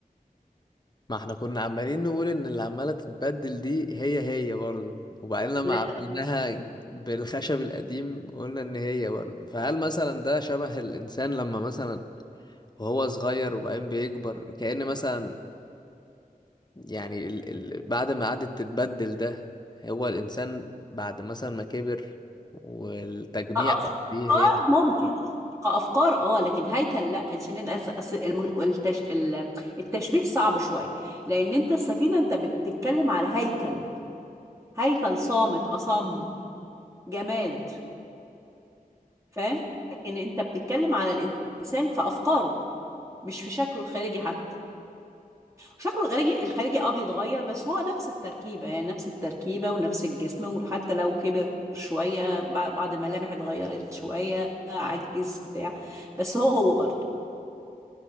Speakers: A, on the left; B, on the right.
A: ما احنا كنا عمالين نقول ان اللي عمالة تتبدل دي هي هي برضه وبعدين لما
B: لا
A: عملناها بالخشب القديم قلنا ان هي برضه فهل مثلا ده شبه الانسان لما مثلا وهو صغير وبعدين بيكبر كأن مثلا يعني ال ال بعد ما قعدت تتبدل ده هو الانسان بعد مثلا ما كبر والتجميع
B: كأفكار
A: دي هي
B: ممكن كأفكار اه لكن هيكل لا عشان الأس- أس- الم- التش... ال- التشبيه صعب شوية لأن أنت السفينة أنت بتتكلم على هيكل هيكل صامت أصم جماد فاهم لكن انت بتتكلم على الإنسان في أفكاره مش في شكله الخارجي حتى شكله الخارجي الخارجي اه بيتغير بس هو نفس التركيبة يعني نفس التركيبة ونفس الجسم وحتى لو كبر شوية بع- بعض الملامح اتغيرت شوية عجز بتاع بس هو هو برضه